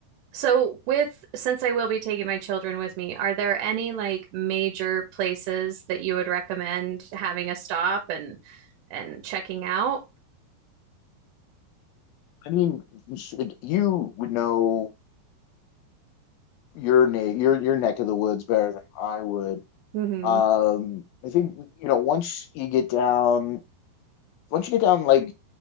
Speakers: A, on the right; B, on the left.
A: So with since I will be taking my children with me, are there any like major places that you would recommend having a stop and and checking out?
B: I mean, you should, you would know your na your your neck of the woods better than I would.
A: Mm-hmm.
B: Um, I think you know once you get down, once you get down like